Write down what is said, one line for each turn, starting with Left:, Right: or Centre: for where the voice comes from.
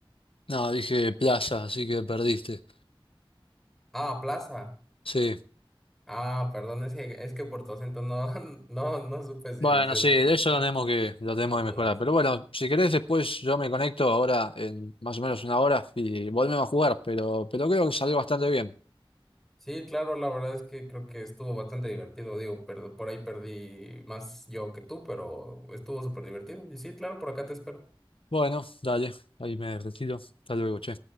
Left: No, dije plaza, así que perdiste.
Centre: Ah, plaza.
Left: Sí.
Centre: Ah, perdón, es que, es que por tu acento no, <laughs> no, no supe si
Left: Bueno,
Centre: decías
Left: sí, de
Centre: playa
Left: eso lo tenemos que, lo tenemos
Centre: o
Left: que mejorar.
Centre: plaza.
Left: Pero bueno, si querés, después yo me conecto ahora en más o menos una hora y volvemos a jugar. Pero, pero creo que salió bastante bien.
Centre: Sí, claro, la verdad es que creo que estuvo bastante divertido, digo, pero por ahí perdí más yo que tú, pero estuvo súper divertido. Y sí, claro, por acá te espero.
Left: Bueno, dale, ahí me retiro. Hasta luego, che.